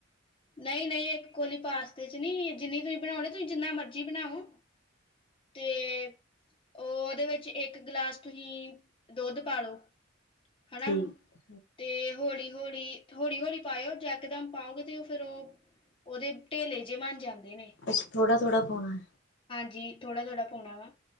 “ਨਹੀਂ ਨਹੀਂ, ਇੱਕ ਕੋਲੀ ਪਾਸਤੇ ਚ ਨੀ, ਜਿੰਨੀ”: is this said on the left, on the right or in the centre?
Left